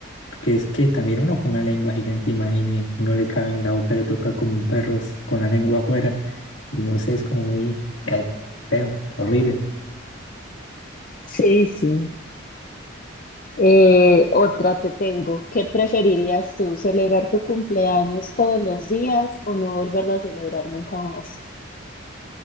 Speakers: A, on the left (about 65°); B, on the left (about 40°).
A: Porque es que también uno con una lengua gigante, imagine, no le cabe en la boca, le toca como un perro s- con la lengua afuera. Y no sé, es como muy eh, feo, horrible.
B: Sí, sí. Eh, otra te tengo. ¿Qué preferirías tú, celebrar tu cumpleaños todos los días o no volverlo a celebrar nunca más?